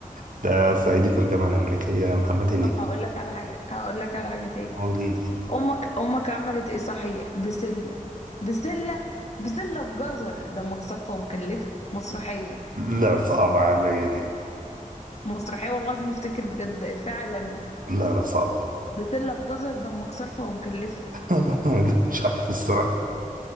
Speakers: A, on the right (about 75°); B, on the left (about 50°).
A: ده صعيدي في الجامعة الأمريكية محمد هنيدي
B: طب هقول لك على حاجة هقول لك على حاجة تاني
A: وليدي
B: امك امك عملت ايه صحيح بسلة بسلة بسلة بجزر ده امك صارفة ومكلفة مسرحية
A: لا صعبة عليا دي
B: مسرحية والله العظيم افتكر بجد إفيه عالمي
A: لا لا صعبة
B: بسلة بجزر دمك صرفة ومكلفة
A: <laughs> مش عارف الصراحة